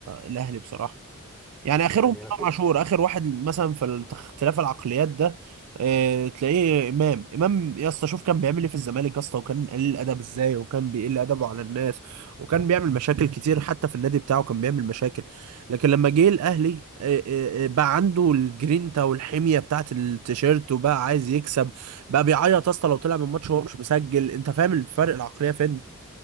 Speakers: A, on the right (about 85°); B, in the centre.
A: الاهلي بصراحه يعني
B: يعني
A: اخرهم
B: انا افتكر
A: امام عاشور اخر واحد مثلا في الت- اختلاف العقليات ده اه تلاقيه امام امام يا اسطى شوف كان بيعمل ايه في الزمالك يا اسطى وكان قليل ادب ازاي وكان بيقل ادبه على الناس وكان بيعمل مشاكل كتير حتى في النادي بتاعه كان بيعمل مشاكل لكن لما جه الاهلي اه اه اه بقى عنده الجرينتا والحميه بتاعت التيشيرت وبقى عايز يكسب بقى بيعيط يا اسطى لو طلع من ماتش وهو مش مسجل انت فاهم الفرق العقليه فين